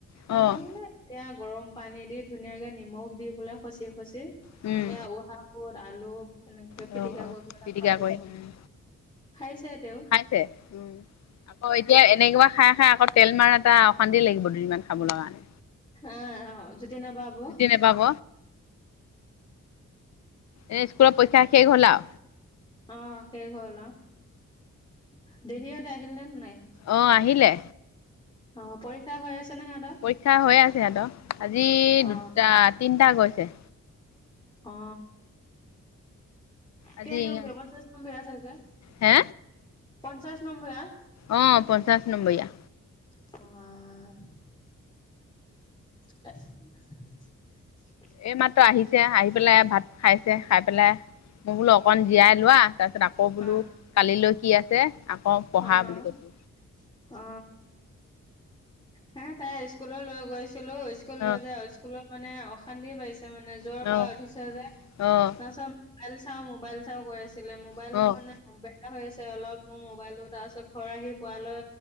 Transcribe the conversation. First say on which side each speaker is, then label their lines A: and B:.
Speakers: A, on the left; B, on the left.
A: অ',
B: নাথাকো বোলে এয়া গৰম পানী দি ধুনীয়াকে নিমখ দি পলাই খচি খচি
A: উম,
B: উহা বুত আলু এনেকে
A: অ',
B: পিটিকা
A: অ',
B: কৰি পেলাই
A: পিটিকা
B: খুৱাই দিছো
A: কৰি উম,
B: খাইছে। তেওঁ
A: খাইছে উম আকৌ এতিয়া এনেকোৱা। খাই খাই আকৌ তেল মাৰা তা অশান্তি লাগিব দুদিমান খাবলৈ কাৰণে।
B: অ অ জুতি নাপাব
A: জুতি নোপাব এ স্কুল পক্ষ্যা শেষ হল আও।
B: অ শেষ হল অ দেহিহতে আহিল নে নাই।
A: অ আহিলে।
B: অ পৰীক্ষা হৈ আছে নে সিহঁতৰ
A: পৰীক্ষা হৈ আছে সিহতৰ আজি
B: অ
A: দুটা তিনটা গৈছে।
B: অ
A: আজি
B: কেই নম্ব
A: ইংৰাজী
B: পঞ্চাছ নম্বয়া চাগে।
A: হে।
B: পঞ্চাছ নম্বৰীয়া।
A: অ পঞ্চাশ নম্বৰীয়া।
B: অ। <unintelligible>
A: এই মাত্ৰ আহিছে আহি পেলাই ভাত খাইছে খাই পেলাই। মই বোলো অকণ জীয়াই লোৱা তাৰপিছত আকৌ বোলো
B: অ',
A: কালিলৈ কি আছে আকৌ পঢ়া
B: অ',
A: বুলি কৈছো।
B: অ হে তাই স্কুল লৈ গৈছ ছিলো স্কুল লৈ
A: অ',
B: যায় স্কুলত মানে অশান্তিয়ে পাইছ মানে জ্বৰ
A: অ',
B: পৰা উঠিছে যে
A: অ',
B: না মোবাইল চাও মোবাইল চাও কৈ আছ ছিলে মোবাইলটো
A: অ',
B: মানে বেয়া হৈ আছে অলপ মোৰ মো বাইলটো তাৰপিছত ঘৰ আহি পোৱালৈ